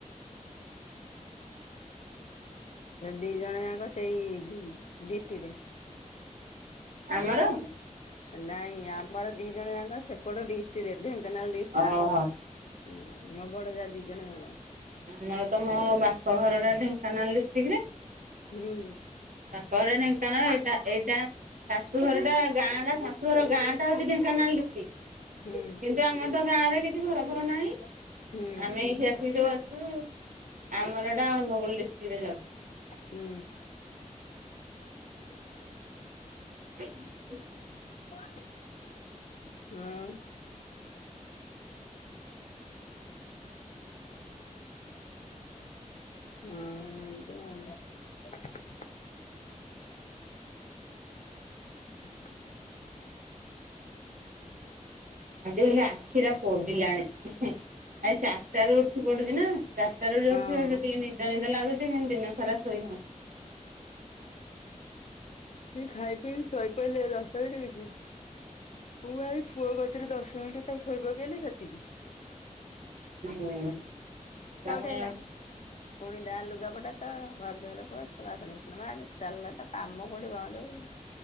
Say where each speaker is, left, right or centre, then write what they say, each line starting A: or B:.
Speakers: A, on the left (about 55°); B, on the right (about 80°).
A: ସେ ଦି ଜଣ ଯାକ ସେଇ ଡିଷ୍ଟିକରେ।
B: ଆମର।
A: ନାଇଁ ଆମର ଦି ଜଣ ଯାଙ୍କ ସେପଟ ଡିଷ୍ଟିରେ ଢେଙ୍କାନାଳ ଡିଷ୍ଟିରେ।
B: ଓହୋ
A: ହଁ ମୋ ବଡ ଯା ଦି ଜଣ ହବ।
B: ଆମର ତ ମୋ ବାପଘର ଟା ଢେଙ୍କାନାଳ ଡିଷ୍ଟିକରେ।
A: ହୁଁ।
B: ପରେ ଢେଙ୍କାନାଳ ଏଟା ଏଇଟା। ଶାଶୁ ଘର ଟା ଗାଁ ଟା ଶାଶୁଘର ଗାଁ ଟା ହଉଛି ଢେଙ୍କାନାଳ ଡିଷ୍ଟିକ।
A: ହୁଁ
B: କିନ୍ତୁ ଆମ ତ ଗାଁରେ କିଛି ଘର ଘର ନାହିଁ
A: ହୁଁ
B: ଆମେ ଏଇଠି ଆସିିକି ଯୋଉ। ଆମର ଏଟା ଅନୁଗୁଳ ଡିଷ୍ଟ୍ରିକ୍ଟ ରେ ଯାଉଛି।
A: ହୁଁ।
B: ହ <inaudible> <inaudible>
A: <inaudible> ଉୁଁ। ଉଁ ଏମତି ଆଉ। <inaudible> <inaudible>
B: ଆଜି ଆଲି ଆଖିରା ପୋଡିଲାଣି, ଆ ଚାରଟା ରୁ ଉଠି ପଡୁଚ଼ି ନା। ଚାଟା ରୁ ଯୋଉ
A: ହଁ
B: ଉଠି ପଡୁଚି ନିଦ ନିଦ ଲାଗୁଚ଼ି କିନ୍ତୁ ଦିନ ସାରା ଶୋଇ ହଉ
A: ଉୁଁ ଖାଇ ପି କି ଶୋଇ ପଇଲେ ଦଶ ମିନିଟ୍ କିଛି ଉ ଏଇ ଫୁଅ କତିରେ ଦଶମିଣ୍ଟି ତାକୁ ଶୋଇ ପକେଇଲି ସେତିକି।
B: ହୁଁ ସମୟ।
A: ଉଠେଇଲା। ପୁଣି ଦା ଲୁଗାପଟା ତଳ, ଘର ଦ୍ଵାର ପୋଛ, ବାସନ ଫୁସନ ମାଜେ। ଚାଲ୍ ଲା ତ କାମ କୋଉଠି ବନ୍ଦ ହଉ